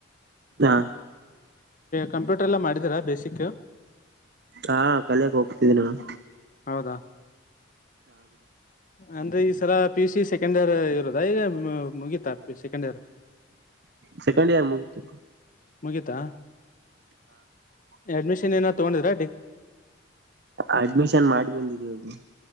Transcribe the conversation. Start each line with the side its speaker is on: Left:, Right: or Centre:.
Right: ಹಾ
Left: ಕಂಪ್ಯೂಟರ್ ಎಲ್ಲ ಮಾಡಿದ್ರ ಬೇಸಿಕ್
Right: ಹಾ ಕಲಿಯಕ್ ಹೋಗ್ತಿದ್ದ ನಾನು
Left: ಹೌದಾ ಅಂದ್ರೆ ಈ ಸರ ಪಿು ಸಿ ಸೆಕೆಂಡ್ ಇಯರ್ ಇರೋದ ಈಗ ಮುಗತಾ ಸೆಕೆಂಡ್ ಇಯರ್
Right: ಸೆಕೆಂಡ್ ಇಯರ್ ಮುಗಿತ್ತು
Left: ಮುಗಿತಾ ಅಡ್ಮಿಷನ್ ಏನ ತಗೊಂಡಿದ್ರ
Right: ಅಡ್ಮಿಷನ್ ಮಾಡಿ ಬಂದಿದೀನಿ